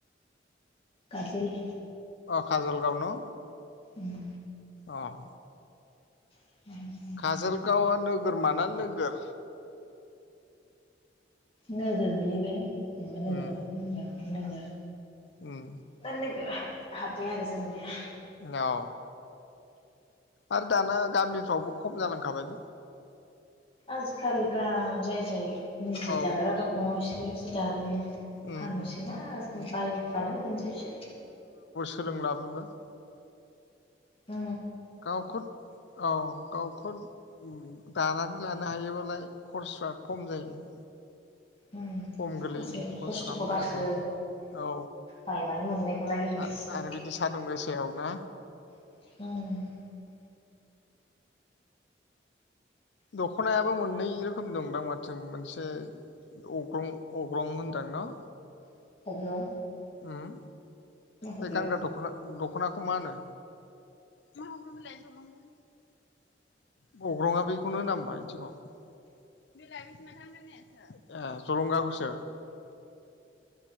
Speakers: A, on the left; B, on the left.
A: गाजोल
B: खाजलगाव न'
A: उम
B: अह
A: माबा जायो
B: काजलगावआ
A: आरो
B: नोगोर माना नोगोर
A: नोगोर गोलैबाय जेनेबा नोगोर
B: उम
A: माखौ होनदों नोगोर
B: उम
A: दा नोगोर हाबबाय आरो जोंनिया
B: औ आरो दाना गामिफ्रावबो खम जालांखाबाय
A: आजिखालि गा जाय जाय निजे
B: औ
A: दाग्रा दं इसोरल'सो दङ दानानै
B: उम
A: फानोसैना
B: उम
A: आजिखालि
B: उम
A: बायबानो मोनजोबसै
B: सोलोंलाबोबाय
A: ओ
B: गावखुद औ गावखुद उम दानानै लानो हायोबालाय खरस्रा खम जायो।
A: उम
B: खम गोलैयो
A: आजिखालि
B: खरस'राम
A: खस्थ'खौ
B: नागोदनाय
A: बासो
B: औ
A: बायबानो मोननायखौलाय होनोसै
B: आ आरो बिदि सान्दुं गोसायाव ना
A: औ
B: दखनायाबो मोननै रोखोम दंदां माथो मोनसे अग्लं अग्रं होनदां न'
A: <unintelligible>
B: उम
A: मा हब्लं
B: ओइ गानग्रा दखोना दखना खौ मानो मा अग्रं बिलाइ जलंगासो अग्रंआ बेखौनो होना होमबा इदिखौ बैलाय बैसो माथो आं गाननायासो ए जलंगाखौसो ओं